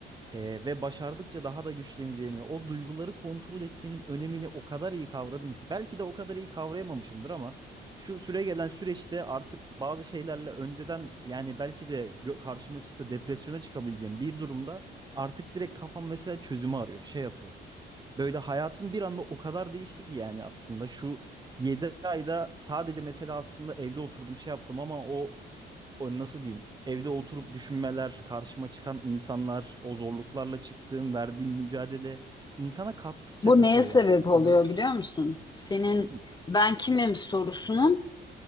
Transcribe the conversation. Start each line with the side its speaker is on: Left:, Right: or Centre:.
Right: e, ve başardıkça daha da güçleneceğimi, o duyguları kontrol etmenin önemini o kadar iyi kavradım ki. Belki de o kadar iyi kavrayamamışımdır ama şu süre gelen süreçte artık bazı şeylerle önceden yani belki de gö- karşıma çıksa depresyona çıkabileceğim bir durumda artık direkt kafam mesela çözümü arıyor, şey yapıyor. Böyle hayatım bir anda o kadar değişti ki yani aslında şu 7 ayda sadece mesela aslında evde oturdum şey yaptım ama o, o nasıl diyeyim evde oturup düşünmeler karşıma çıkan insanlar o zorluklarla çıktığım verdiğim mücadele insana kattıkça
Left: Bu
Right: katıyor
Left: neye sebep
Right: ya insana.
Left: oluyor biliyor musun? Senin
Right: Hı,
Left: ben kimim sorusunun